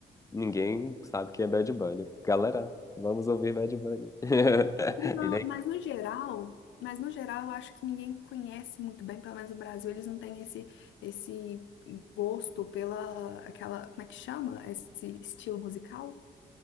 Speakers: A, on the left (about 15°); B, on the left (about 75°).
A: ninguém sabe quem é Bad Bunny. Eu fico, Galera, vamos ouvir Bad Bunny. <laughs>
B: Não,
A: Ele
B: mas no geral, mas no geral, eu acho que ninguém conhece muito bem, pelo menos o Brasil, eles não têm esse, esse gosto pela aquela, como é que chama? Esse estilo musical?